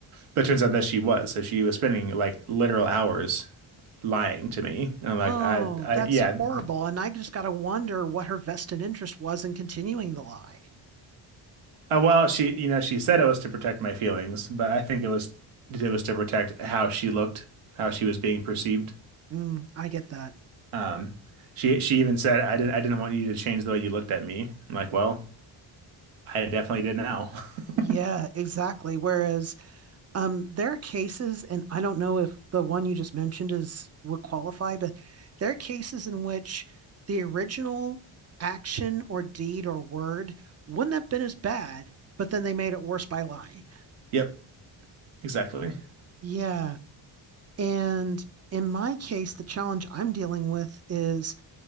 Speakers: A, on the right; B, on the right.
A: but it turns out that she was. So she was spending like literal hours lying to me, and I'm like,
B: Oh,
A: I I
B: that's
A: yeah,
B: horrible. And I just got to wonder what her vested interest was in continuing the lie.
A: uh, well she you know she said it was to protect my feelings, but I think it was it was to protect how she looked, how she was being perceived.
B: Mm, I get that.
A: Um, she she even said, "I didn't I didn't want you to change the way you looked at me." I'm like, "Well, I definitely did now." <laughs>
B: Yeah, exactly. Whereas, um, there are cases, and I don't know if the one you just mentioned is would qualify, but there are cases in which the original action or deed or word wouldn't have been as bad, but then they made it worse by lying.
A: Yep, exactly.
B: Yeah. And in my case, the challenge I'm dealing with is